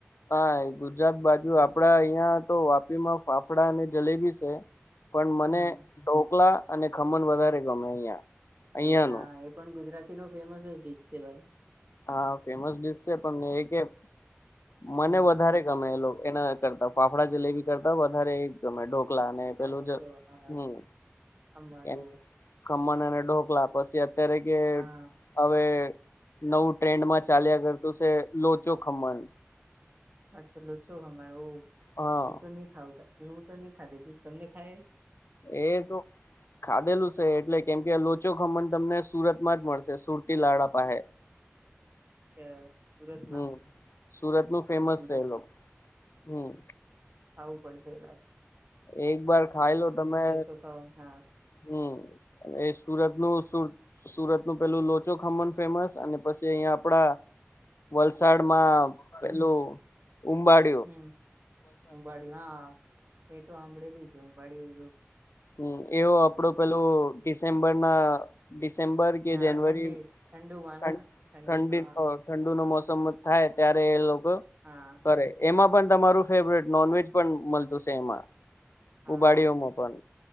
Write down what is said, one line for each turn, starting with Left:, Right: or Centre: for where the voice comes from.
Left: હા એ ગુજરાત બાજુ આપડા અહિયાં તો વાપી માં ફાફડા અને જલેબી સે. પણ મને
Right: હમ
Left: ઢોકલા અને ખમણ વધારે ગમે અહિયાં.
Right: ડોગના
Left: અહિયાંનું
Right: એ પણ ગુજરાતી નો ફેમસ જ ડીસ છે ભાઈ.
Left: હા ફેમસ ડીશ છે, પણ મે એ કેમ, મને
Right: હમ
Left: વધારે ગમે એ લો એના કરતા ફાફડા જલેબી કરતા વધારે ગમે ઢોકલા ને
Right: અચ્છા
Left: પેલું
Right: ડોકડો
Left: જે,
Right: હા
Left: હમ્મ
Right: હમણું
Left: એમ ખમણ અને ઢોકલા. પછી અત્યારે કે
Right: હા
Left: હવે નવું ટ્રેન્ડમાં ચાલ્યા કરતું છે, લોચો ખમન.
Right: અચ્છા લોચો ખમણ, હો
Left: હા
Right: હું તો ની ખાઉં ભાઈ, એવુ તો ની ખાધેલું. તમને ખાએ
Left: એ તો ખાધેલું સે, એટલે કેમ કે લોચો ખમણ તમને સુરત માં જ મળશે, સુરતી લાડા પાહે.
Right: કે સુરતમાં
Left: હમ્મ, સુરતનું ફેમસ
Right: હું સુરત
Left: છે એ લોક હમ્મ.
Right: ખાવું પડશે એ લાગ
Left: એક બાર ખાઈ લો તમે,
Right: તો ખ હા
Left: હમ્મ. એ સુરતનું સુર સુરત નું પેલું લોચો ખમણ ફેમસ, અને પસી અહિયાં આપડા વલસાડમાં પેલું ઉંબાડ
Right: હમ્મ, ઉંબાડિયું, હા એ તો હાંભળેલું છે ઉંબાડિયું તો.
Left: હમ્મ, એવો આપડું પેલું ડિસેમ્બર ના ડિસેમ્બર કે
Right: હા
Left: જનવરી
Right: ઠંડી ઠંડુમાં
Left: ઠં
Right: ના
Left: ઠંડી
Right: હા
Left: <unintelligible> ઠંડુ નો મોસમ થાય, ત્યારે એ લોકો
Right: હા.
Left: કરે, એમાં પણ તમારું ફેવરેટ નોનવેજ પણ મલતું સે એમાં.
Right: હા
Left: ઉબાડીયોમાં પન.